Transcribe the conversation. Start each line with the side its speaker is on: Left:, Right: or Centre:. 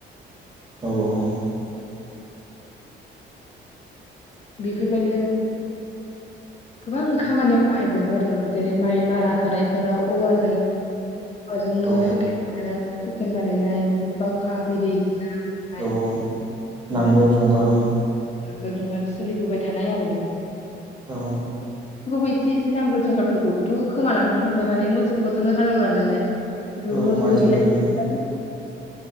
Right: औ औ औ
Left: बेफोरबायनो गोबां
Right: नंगौ
Left: खामानियाव
Right: औ
Left: बा <unintelligible> जेरै माइ मारा होनायफोर औ जोंनो
Right: औ
Left: <unintelligible> हुकेन बानायनाय बावखा बायदि सिनाय
Right: औ औ
Left: बेफोरो
Right: नांगोल जंगाल
Left: <inaudible> सोलिबोबाय थानाय आरो बेफोर
Right: औ
Left: <unintelligible> <unintelligible> इसे एसे नांगोल जुंगालफोरखौबोथ' खोमालांनो हमबायमोन <unintelligible> मोसौफोरजोंनो हालेवला नालाय बेफोरबो
Right: औ आजिखालि
Left: गैलि <unintelligible>
Right: औ